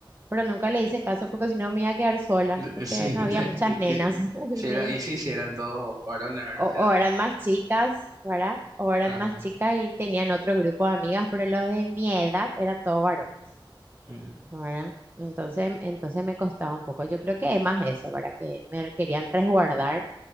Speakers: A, on the right; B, on the right.
A: pero nunca le hice caso porque si no me iba a quedar sola,
B: De-
A: porque
B: Sí,
A: no
B: <laughs> de-
A: había muchas
B: y-
A: nenas,
B: y-
A: <laughs>
B: si eran,
A: sí.
B: y sí, si eran todos varones, ¿verdad?
A: O, o eran más chicas, ¿verdad? O eran
B: Ya, Ajá.
A: más chicas y tenían otro grupo de amigas, pero los de mi edad eran todos varones,
B: mm,
A: ¿verdad? Entonces, entonces me costaba un poco. Yo creo que es más eso, ¿verdad? Que me querían resguardar